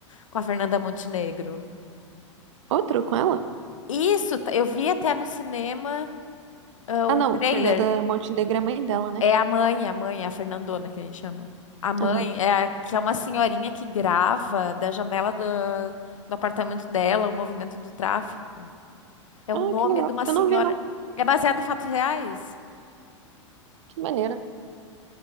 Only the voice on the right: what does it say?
Outro com ela?
Ah,
não.
Fernanda Montenegro é mãe dela, né?
Aham.
Ah,
que legal.
Eu não vi, não.
Que maneira.